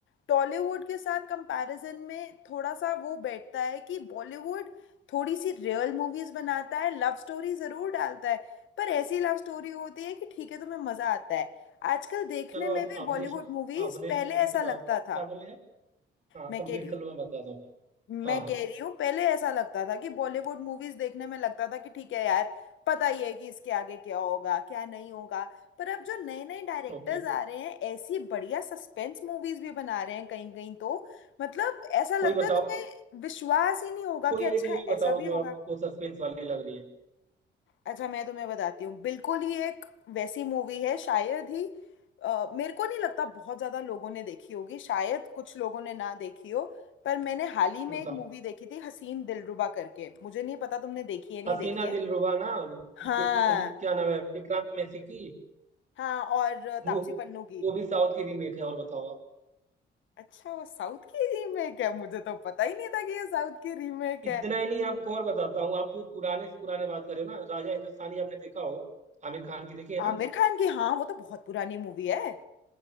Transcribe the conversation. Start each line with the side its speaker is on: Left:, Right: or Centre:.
Left: टॉलीवुड के साथ कंपैरिजन में थोड़ा सा वो बैठता है कि बॉलीवुड थोड़ी सी रियल मूवीज़ बनाता है लव स्टोरी ज़रूर डालता है पर ऐसी लव स्टोरी होती है कि ठीक है तुम्हें मजा आता है आजकल देखने
Right: चलो आप
Left: में भी
Right: आपने
Left: बॉलीवुड मूवीज
Right: आपने
Left: पहले
Right: स्टोरी
Left: ऐसा
Right: की बात
Left: लगता
Right: की क्या
Left: था
Right: बोले हैं हाँ
Left: मैं
Right: कंप्लीट
Left: कह रही
Right: कर
Left: हूँ
Right: लो मैं बताता हूँ हाँ
Left: मैं
Right: हाँ
Left: कह रही हूँ पहले ऐसा लगता था कि बॉलीवुड मूवीज देखने में लगता था कि ठीक है यार पता ही है कि इसके आगे क्या होगा क्या नहीं होगा पर अब जो नए नए डायरेक्टर्स
Right: ओके
Left: आ रहे हैं ऐसी बढ़िया सस्पेंस मूवीज भी बना रहे हैं कहीं कहीं तो मतलब ऐसा लगता
Right: कोई बताओ
Left: है तुम्हें विश्वास ही नहीं होगा
Right: कोई
Left: कि अच्छा
Right: एक मूवी बताओ
Left: ऐसा भी
Right: जो
Left: होगा
Right: आपको सस्पेंस वाली लग रही है
Left: अच्छा मैं तुम्हें बताती हूँ बिल्कुल ही एक वैसी मूवी है शायद ही अ, मेरे को नहीं लगता बहुत ज्यादा लोगों ने देखी होगी शायद कुछ लोगों ने ना देखी हो पर मैंने हाल ही में
Right: बताओ
Left: एक मूवी देखी थी हसीन दिलरुबा करके मुझे नहीं पता तुमने देखी है नहीं
Right: हसीना
Left: देखी है
Right: दिलरुबा ना
Left: हाँ
Right: बि- उन- क्या नाम है विक्रांत मैसी की
Left: हाँ और अ,
Right: वो
Left: तापसी पन्नू की
Right: वो भी साउथ की रीमेक है और बताओ आप
Left: अच्छा वो साउथ की रीमेक है मुझे तो पता ही नहीं था कि ये साउथ की रीमेक
Right: इतना
Left: है
Right: ही नहीं आपको और बताता हूँ आप पुराने से पुराने बात करें ना राजा हिंदुस्तानी आपने देखा होगा आमिर खान की देखी है ना
Left: आमिर खान की हाँ वो तो बहुत पुरानी मूवी है